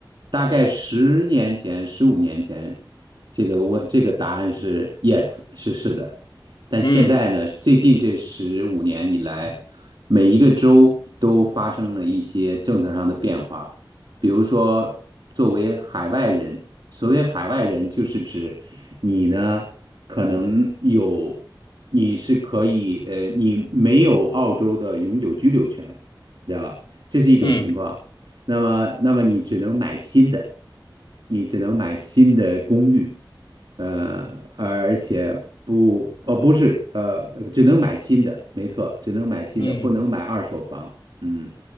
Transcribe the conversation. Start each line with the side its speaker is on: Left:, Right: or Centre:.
Right: 大概十年前、十五年前，这个问这个答案是 yes，是是的。但现在呢，
Left: 嗯
Right: 最近这十五年以来，每一个州都发生了一些政策上的变化。比如说，作为海外人，所谓海外人，就是指你呢，可能有，你是可以，呃，你没有澳洲的永久居留权，对吧？这是一种情况。
Left: 嗯
Right: 那么，那么你只能买新的，你只能买新的公寓，呃，而且不，哦，不是，呃，只能买新的，没错，只能买新的，
Left: 嗯，
Right: 不能买二手房，嗯，